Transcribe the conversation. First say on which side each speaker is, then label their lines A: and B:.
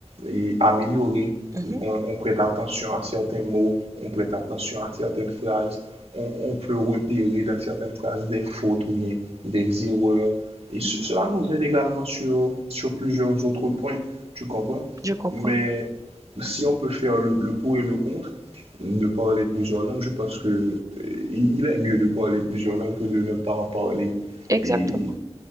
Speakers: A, on the right; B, on the right.
A: et améliorées.
B: Mhm,
A: On, on prête attention à certains mots, on prête attention à certaines phrases, on, on peut repérer dans certaines phrases des fautes ou bien des erreurs. Et ce-
B: mhm.
A: cela nous aide également sur, sur plusieurs autres points, tu comprends?
B: Je comprends.
A: Mais si on peut faire le, le pour et le contre de parler plusieurs langues, je pense que euh, il, il est mieux de parler plusieurs langues que de ne pas en parler.
B: Exactement.
A: Et